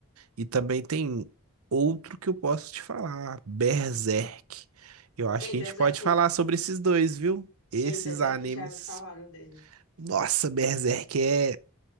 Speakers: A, on the right (about 80°); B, on the left (about 75°).
A: E também tem outro que eu posso te falar, Berserk. Eu acho
B: ei,
A: que
B: Berserk,
A: a gente pode falar sobre esses dois, viu? Esses
B: ei, Berserk
A: animes.
B: já me falaram dele.
A: Nossa, Berserk é